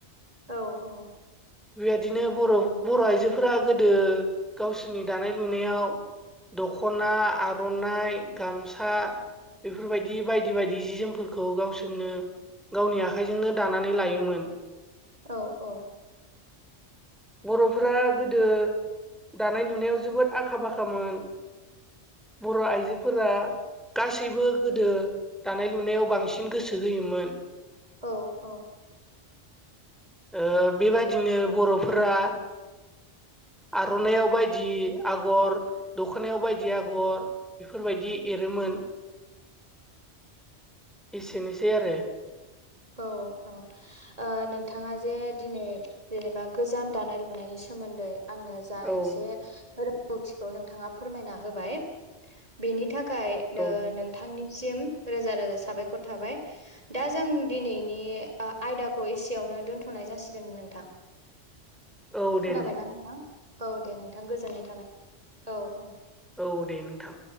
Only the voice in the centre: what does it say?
बेबायदिनो बर' बर' आइजोफोरा गोदो गावसोरनि दानाय लुनायाव दख'ना आर'नाइ गामसा बेफोरबायदि बायदि बायदि जि जोमफोरखौ गावसोरनो गावनि आखाइजोंनो दानानै लायोमोन
बर'फोरा गोदो दानाय लुनायाव जोबोद आखा फाखामोन बर' आइजो फोरा गासैबो गोदो दानाय लुनायाव बांसिन गोसो होयोमोन
ओ बेबायदिनो बर'फोरा आर'नायाव बायदि आगर दखनायाव बायदि आगर बेफोरबायदि एरोमोन एसेनोसै आरो
औ
औ
औ
दे
औ दे नोंथां